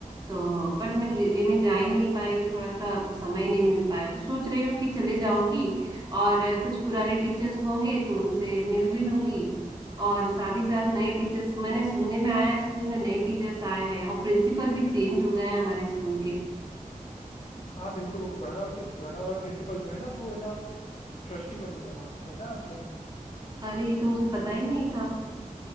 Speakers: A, on the right (about 30°); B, on the left (about 55°).
A: तो पर मैं ले, लेने जा ही नहीं पाई थोड़ा सा समय नहीं मिल पाया तो सोच रही हूँ कि चले जाऊंगी और कुछ पुराने टीचर्स होंगे तो उनसे मिल भी लूंगी और साथ ही साथ नए टीचर्स मैंने सुनने में आया है स्कूल में नए टीचर्स आए हैं और प्रिंसिपल भी चेंज हो गए हैं हमारे स्कूल के
B: हाँ बिल्कुल वो पुराना पुराना वाला प्रिंसिपल जो है ना वो है ना ट्रस्टी बन गया वहाँ का पता है आपको
A: अरे ये तो मुझे पता ही नहीं था